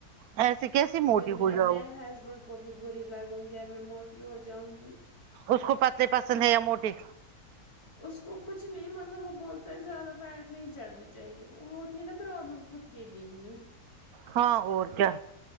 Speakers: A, on the right; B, on the left.
A: ایسی کیسی موٹی
B: پھر میں
A: ہو جاؤ
B: اپنے ہسبینڈ کو بھی بری لگوں گی اور میں موٹی ہو جاؤں گی
A: اس کو پتلے پسند ہے یا موٹیے
B: اس کو کچھ نہیں مطلب وہ بولتا ہے زیادہ فیٹ نہیں چڑھنا چاہیے وہ ہوتی ہے نا پرابلم خود کے لیے ہی
A: ہاں اور کیا